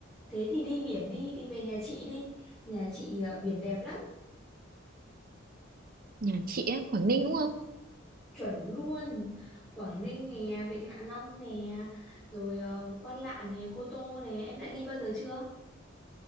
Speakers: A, in the centre; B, on the right.
A: thế thì đi biển đi, đi về nhà chị đi. Nhà chị à, biển đẹp lắm,
B: Nhà chị á, Quảng Ninh đúng không?
A: chuẩn luôn. Quảng Ninh nè, Vịnh Hạ Long nè, rồi ờ, Quan Lạn nè, Cô Tô nè, em đã đi bao giờ chưa?